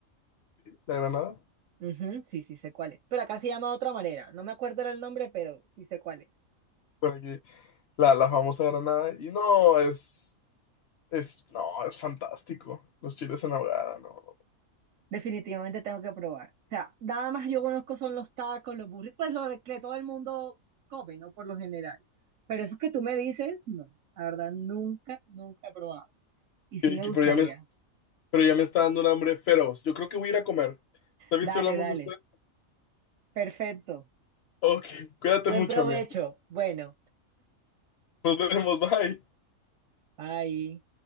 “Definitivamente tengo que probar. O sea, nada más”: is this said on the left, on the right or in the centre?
Right